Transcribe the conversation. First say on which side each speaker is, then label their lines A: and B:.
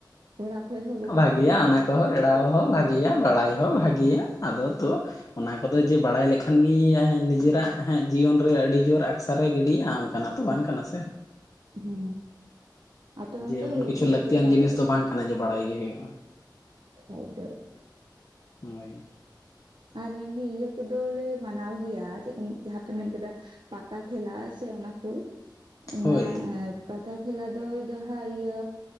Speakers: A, on the right; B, on the left.
A: ᱚᱲᱟᱜ ᱠᱷᱚᱡ ᱦᱚᱸᱼᱼ
B: ᱵᱷᱟᱜᱤᱭᱟ, ᱚᱱᱟ ᱠᱚᱦᱚᱸ ᱮᱲᱟᱣ ᱦᱚᱸ ᱵᱷᱟᱜᱤᱭᱟ ᱾ᱵᱟᱲᱟᱭ ᱦᱚᱸ ᱵᱷᱟᱜᱤᱭᱟ ᱾ ᱟᱫᱚ ᱛᱚ ᱚᱱᱟ ᱠᱚᱼᱼ ᱟᱫᱚ ᱡᱮ ᱵᱟᱲᱟᱭ ᱞᱮᱠᱷᱟᱱ ᱜᱮ ᱤᱭᱮ ᱟᱫᱚ ᱡᱮ, ᱱᱤᱡᱮᱨᱟᱜ ᱦᱟᱜ ᱡᱤᱭᱚᱱ ᱨᱮ ᱟᱹᱰᱤ ᱡᱳᱨ ᱟᱠᱥᱟᱨᱮ ᱜᱤᱰᱤᱭᱼᱟ, ᱚᱱᱠᱟᱱᱟᱜ ᱛᱚ ᱵᱟᱝ ᱠᱟᱱᱟ ᱥᱮ᱾ <inaudible> ᱼᱼ
A: ᱦᱩ, ᱸ ᱟᱯᱮ ᱚᱱᱛᱮ
B: ᱮᱢᱚᱱ
A: ᱦᱚ ᱦᱩᱭᱩᱜ
B: ᱠᱤᱪᱷᱩ
A: ᱜᱮᱭᱟ
B: ᱞᱟᱹᱠᱛᱤᱭᱟᱱ
A: ᱪᱤᱠᱟ
B: ᱡᱤᱱᱤᱥ
A: ᱚᱨᱠᱮᱥᱴᱟᱨ?
B: ᱫᱚ ᱵᱟᱝ ᱠᱟᱱᱟ ᱡᱮ ᱵᱟᱲᱟᱭ ᱜᱮ ᱦᱩᱭᱩᱜᱼᱟ ᱾
A: ᱠᱷᱟᱡ ᱫᱚ <unintelligible>
B: ᱦᱳᱭ ᱾
A: ᱟᱨ ᱮᱢᱱᱤ ᱤᱭᱟᱹ ᱠᱚᱫᱚ ᱞᱮ ᱢᱟᱱᱟᱣ ᱜᱮᱭᱟ ᱪᱮᱫ ᱯᱮ <unintelligible> ᱡᱟᱦᱟᱸ ᱯᱮ ᱢᱮᱱ ᱠᱮᱫᱟ ᱯᱟᱛᱟ ᱠᱷᱮᱞᱟ ᱥᱮ ᱚᱱᱟ ᱠᱚ ᱚᱱᱟ
B: ᱦᱳᱭ
A: ᱮᱸ ᱯᱟᱛᱟ ᱠᱷᱮᱞᱟ ᱫᱚ ᱡᱟᱦᱟᱸ ᱤᱭᱟᱹ